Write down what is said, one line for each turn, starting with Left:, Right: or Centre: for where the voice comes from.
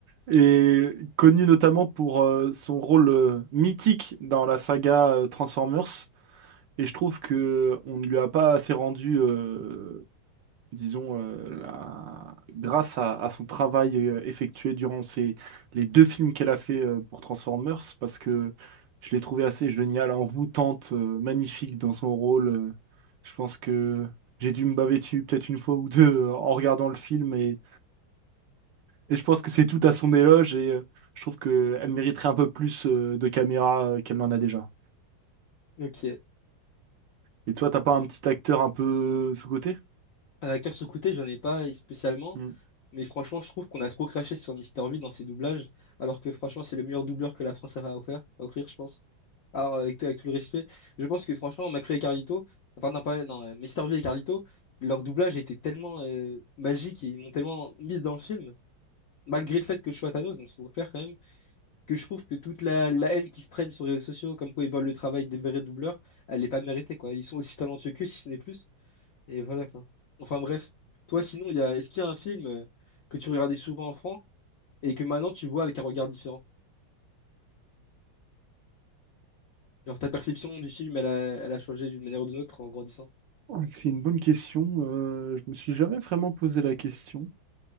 Right: est connue notamment pour euh, son rôle euh, mythique dans la saga euh, Transformers. Et je trouve que on ne lui a pas assez rendu euh, disons, euh, la- grâce à, à son travail euh, effectué durant ces, les deux films qu'elle a fait euh, pour Transformers, parce que je l'ai trouvée assez géniale, envoûtante, euh, magnifique dans son rôle. euh, je pense que j'ai dû me baver dessus peut-être une fois ou deux euh, en regardant le film, et, et je pense que c'est tout à son éloge, et euh, je trouve qu'elle mériterait un peu plus euh, de caméra euh, qu'elle n'en a déjà.
Left: Ok.
Right: Et toi, t'as pas un petit acteur un peu sous-coté?
Left: Un acteur sous côté j'en ai pas spécialement,
Right: Hmm.
Left: mais franchement, je trouve qu'on a trop craché sur Mister V dans ses doublages, alors que franchement, c'est le meilleur doubleur que la France a à offrir, à offrir, je pense. Alors, avec, tout- avec tout le respect, je pense que franchement, McFly et Carlito, enfin, non, pas, non, euh, Mr. V et Carlito, leur doublage était tellement euh, magique et ils m'ont tellement mis dans le film, malgré le fait que je sois Thanos, donc faut le faire quand même, que je trouve que toute la, la haine qu'ils se prennent sur les réseaux sociaux, comme quoi ils volent le travail des vrais doubleurs, elle n'est pas méritée, quoi. Ils sont aussi talentueux qu'eux, si ce n'est plus. Et voilà quoi. Enfin bref, toi sinon, il y a... est-ce qu'il y a un film euh, que tu regardais souvent enfant et que maintenant tu vois avec un regard différent? Genre ta perception du film, elle a, elle a changé d'une manière ou d'une autre en grandissant.
Right: Oh, C'est une bonne question. euh, je me suis jamais vraiment posé la question.